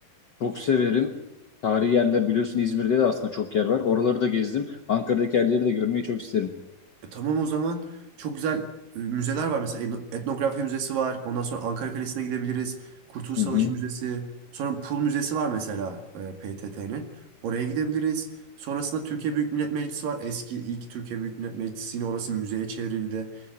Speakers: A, on the left; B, on the right.
A: Çok severim. Tarihi yerler biliyorsun İzmir'de de aslında çok yer var. Oraları da gezdim. Ankara'daki yerleri de görmeyi çok isterim.
B: E, tamam o zaman. Çok güzel e, müzeler var. Mesela etno- etnografya müzesi var. Ondan sonra Ankara Kalesi'ne gidebiliriz. Kurtuluş
A: Hı
B: Savaşı
A: hı.
B: Müzesi. Sonra Pul Müzesi var mesela PTT'nin. Oraya gidebiliriz. Sonrasında Türkiye Büyük Millet Meclisi var. Eski ilk Türkiye Büyük Millet Meclisi yine orası müzeye çevrildi.